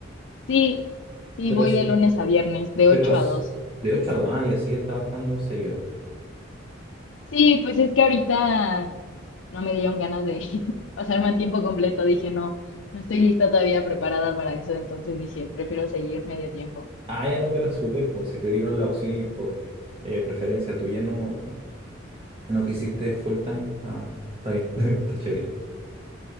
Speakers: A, on the left; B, on the right.
A: Sí, sí,
B: Pero,
A: voy
B: es-
A: de lunes a viernes, de
B: pero
A: 8
B: es
A: a 2.
B: de 8 a 2. Ah, ya sigues trabajando 6 horas.
A: Sí, pues es que ahorita no me dieron ganas de <laughs> pasarme a tiempo completo. Dije, no, no estoy lista todavía preparada para eso. Entonces dije, prefiero seguir medio tiempo.
B: Ah, ya no, pero súper, pues si te dieron la opción y por eh, preferencia tuya no, no quisiste full time, está, está bien, <laughs> está chévere.